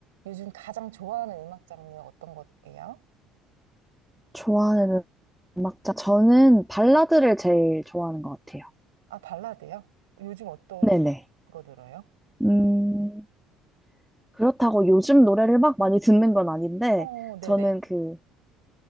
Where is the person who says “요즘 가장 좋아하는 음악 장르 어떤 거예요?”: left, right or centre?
Right